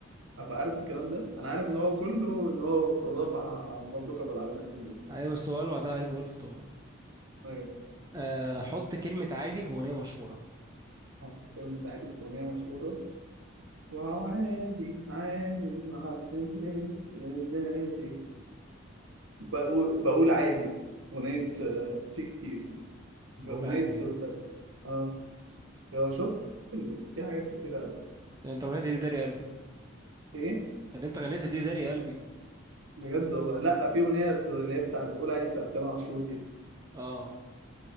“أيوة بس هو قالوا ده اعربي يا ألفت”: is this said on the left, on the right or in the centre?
Right